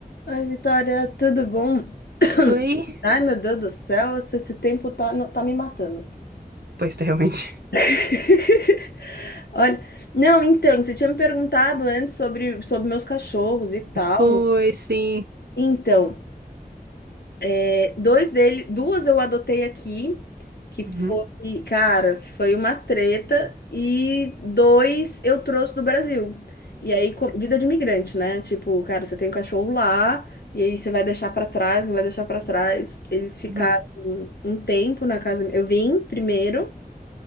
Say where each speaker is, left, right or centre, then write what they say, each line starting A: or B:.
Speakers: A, on the left; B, on the right.
A: Oi, Vitória, tudo bom? <clears throat> <coughs>
B: Oi?
A: Ai, meu Deus do céu, esse, esse tempo tá, no- tá me matando.
B: Pois, tá, realmente.
A: <laughs> Olha, não, então, você tinha me perguntado antes sobre, sobre meus cachorros e tal.
B: Pois,
A: né?
B: sim.
A: Então, É, Dois dele, duas eu adotei aqui, que foi,
B: Uhum.
A: cara, que foi uma treta, e dois eu trouxe do Brasil. E aí, co- vida de imigrante, né? Tipo, cara, você tem um cachorro lá, e aí você vai deixar pra trás, não vai deixar pra trás. Eles ficaram
B: Uhum.
A: um um tempo na casa. Eu vim primeiro,